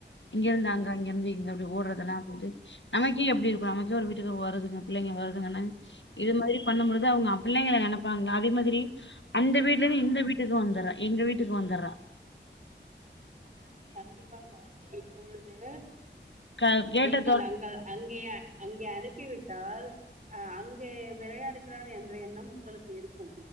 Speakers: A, on the left; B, on the right.
A: இங்க இருந்து அங்க அங்க இருந்து அப்படி ஓடுறதுெல்லாம் வந்து நமக்கே எப்படி இருக்கும் நமக்கு ஒரு வீட்டுக்கு வரதுக்கு பிள்ளைங்க வருதுங்க இது மாதிரி பண்ணும்பது அவங்க பிள்ளைங்க நினைப்பாங்கள அதே மாதிரி அந்த வீட்டுல இருந்து இந்த வீட்டுக்கு வந்தறாஎங்க வீட்டு வீட்டுக்கு வந்தறா
B: கண்டிப்பாங்க இப்பொழுது
A: க கேட்ட
B: நீங்கள்
A: தொற
B: அங்க அங்கேயே அங்கய அனுப் ப்பி விட்டால் அ அங்கே விளையாடுகிறார் என்ற எண்ணம் உங்களுக்கு இருக்கும்